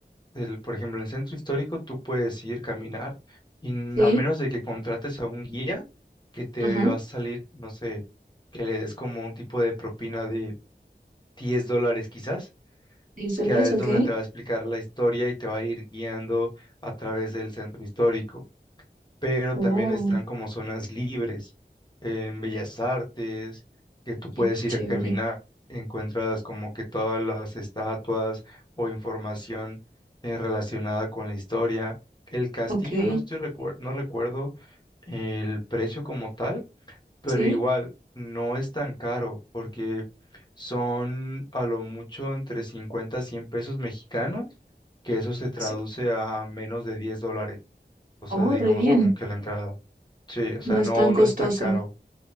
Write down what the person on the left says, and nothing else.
del, por ejemplo, en el centro histórico tú puedes ir caminar y n-
a menos de que contrates a un guía que te
va a salir, no sé, que le des como un tipo de propina de 10 dólares quizás,
ya es
donde te va a explicar la historia y te va a ir guiando a través del centro histórico pero
también están como zonas libres en Bellas Artes, que tú
puedes ir
a caminar, encuentras como que todas las estatuas o información eh, relacionada con la historia. El castillo
no estoy recuer- no recuerdo el precio como tal, pero
igual no es tan caro porque son a lo mucho entre 50 a 100 pesos mexicanos, que eso se traduce
a menos de 10 dólares, o sea,
digamos
como que la entrada. Sí, o sea,
no,
no es tan caro.